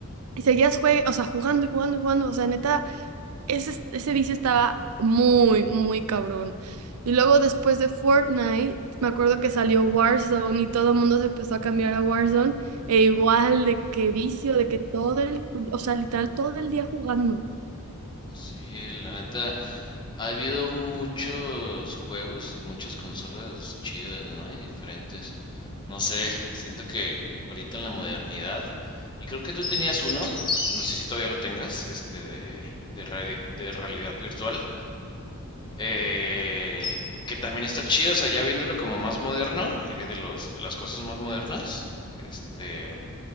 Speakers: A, on the right (about 75°); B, on the left (about 20°).
A: Y seguías jue- o sea, jugando y jugando y jugando, o sea, neta ese, ese vicio estaba muy, muy cabrón. Y luego después de Fortnite, me acuerdo que salió Warzone y todo el mundo se empezó a cambiar a Warzone. E igual de que vicio, de que todo el, o sea, literal todo el día jugando.
B: Sí, la neta. Ha habido muchos juegos y muchas consolas chidas, ¿no? Y diferentes. No sé, siento que ahorita en la modernidad, y creo que tú tenías uno, no sé si todavía lo tengas, este de, de, rea- de realidad virtual, eh, que también está chido, o sea, ya viéndolo como más moderno, eh, de los, de las cosas más modernas, este,